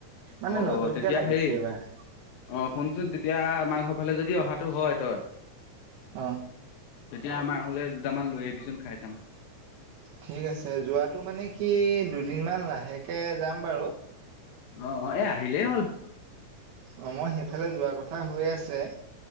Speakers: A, on the right; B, on the left.
A: মানে
B: অ
A: নতুনকে
B: অ তেতিয়া
A: লাগিছে
B: হেই
A: এইবাৰ।
B: অ শুনচোন তেতিয়া আমাৰ ঘৰ ফালে যদি অহাটো হয় তই।
A: হ।
B: তেতিয়া আমাৰ ঘলে দুটামান লৈ আহবিচোন খাই চাম
A: ঠিক আছে যোৱাতটো মানে কি দুদিনমান লাহেকে যাম বাৰু-
B: অ অ এ আহিলেই হ'ল-
A: অ মই সেইফালে যোৱা কথা হৈ আছে-